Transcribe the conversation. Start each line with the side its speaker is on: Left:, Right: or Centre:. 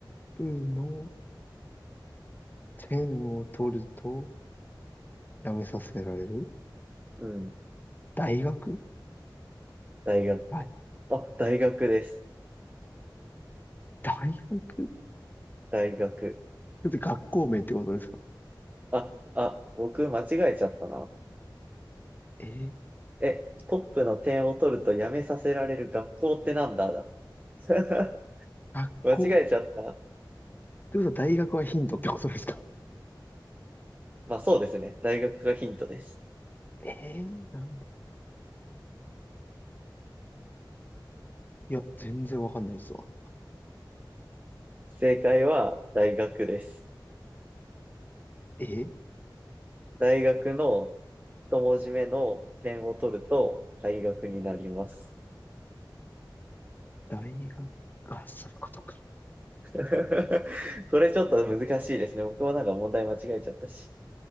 Left: プの点を取るとやめさせられる。
Right: うん、
Left: 大学
Right: 大学。
Left: 大、
Right: あ、大学です。
Left: 大学ち
Right: 大学。
Left: ょっと学校名ってことですか
Right: あ、あ、僕間違えちゃったな。
Left: えー、
Right: え、トップの点を取ると辞めさせられる学校ってなんだだ。<laughs>
Left: 学校っ
Right: 間違えちゃった。
Left: てことは大学はヒントってことですか
Right: まあそうですね。大学がヒントです。
Left: えー、なんだ。いや、全然わかんないですわ。
Right: 正解は大学です。
Left: えー、
Right: 大学の一文字目の点を取ると大学になります。
Left: 大学、あ、そういうことか。
Right: <laughs> これちょっと難しいですね。僕もなんか問題間違えちゃったし。